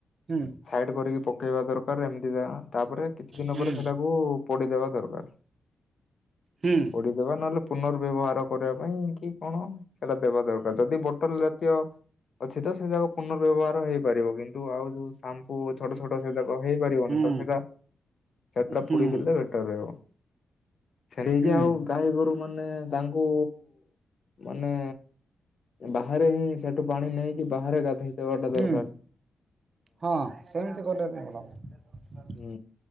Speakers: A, on the right; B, on the left.
A: ହୁଁ
B: ସାଇଡ କରିକି ପକେଇବା ଦରକାର ଏମିତି ତାପରେ କିଛି ଦିନ
A: ହୁଁ
B: ପରେ ସେଟାକୁ ପୋଡିଦେବା ଦରକାର।
A: ହୁଁ।
B: ପୋଡିଦେବା ନହେଲେ ପୁନର୍ବ୍ୟବହାର କରିବା ପାଇଁ କି କଣ। ସେଟା ଦେବା ଦରକାର ଯଦି ବୋଟଲ ଜାତୀୟ ଅଛି ତ ସେଟାକୁ ପୁନର୍ବ୍ୟବହାର ହେଇପାରିବ କିନ୍ତୁ ଆଉ ଯୋଉ ସାମ୍ପୁ ଛୋଟ ଛୋଟ ସେଟାକୁ ହେଇପାରିବନି
A: ହୁଁ
B: ତ ସେଇଟା ସେଟା
A: ହୁଁ
B: ପୁଡି ଦେଲେ ବେ ସରେଇବ ହେଡେଇକି
A: ହୁଁ
B: ଆଉ ଗାଈ ଗୋରୁ ମାନେ ତାଙ୍କୁ ମାନେ ବାହାରେ ହିଁ ସେଠୁ ପାଣି ନେଇକି ବାହାରେ ଗାଧେଇ ଦେବାଟା
A: ହୁଁ
B: ଦରକାର।
A: ହଁ ସେମିତି କଲେ ଜାଇଁ ଭଲ ହବ।
B: ହୁଁ